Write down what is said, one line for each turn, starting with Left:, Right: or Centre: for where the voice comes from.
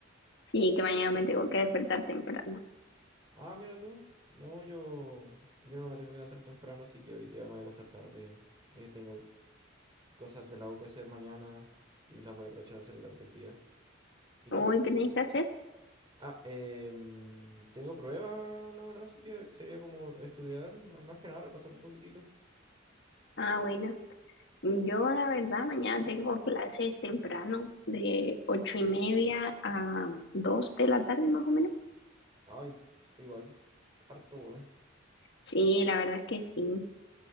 Left: Sí, que mañana me tengo que despertar temprano.
Right: Ah, mira tú. No, yo, yo no me tengo que levantar temprano, así que hoy día me voy a acostar tarde. Eh, tengo cosas de la U que hacer mañana y las voy a aprovechar a hacer durante el día. ¿Y
Left: Uy,
Right: tú?
Left: ¿qué tenéis que hacer?
Right: Ah, em, tengo pruebas, la verdad, así que sería como estudiar, m- más que nada repasar un poquitito.
Left: Ah, bueno. Yo, la verdad, mañana tengo clases temprano, de ocho y media a dos de la tarde, más o menos.
Right: Ay, igual, harto, bueno.
Left: Sí, la verdad es que sí.